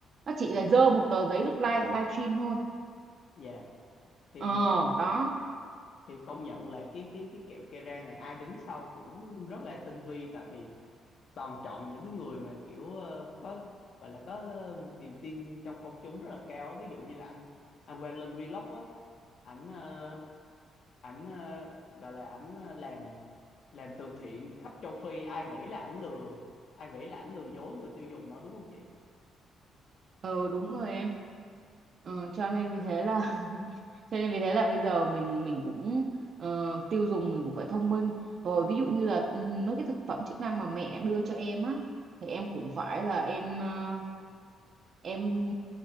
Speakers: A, on the right (about 55°); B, on the left (about 60°).
A: Nó chỉ là dơ một tờ giấy lúc live livestream thôi.
B: dạ thì
A: Ờ đó.
B: thì công nhận là cái cái cái kẹo Kera này ai đứng sau cũng rất là tinh vi tại vì toàn chọn những cái người mà kiểu ờ, có gọi là có ờ, niềm tin trong công chúng rất là cao á. ví dụ như là anh anh Quang Linh Vlog á ảnh ờ, ảnh ờ, gọi là ảnh ờ, làm làm từ thiện khắp châu Phi ai nghĩ là ảnh lừa ai nghĩ là ảnh lừa dối người tiêu dùng đó đúng không chị
A: Ờ đúng rồi em. Ờ, cho nên vì thế là <laughs> cho nên vì thế là bây giờ mình mình cũng ờ, tiêu dùng mình cũng phải thông minh rồi ví dụ như là ừ, mấy cái thực phẩm chức năng mà mẹ đưa cho em á thì em cũng phải là em ờ, em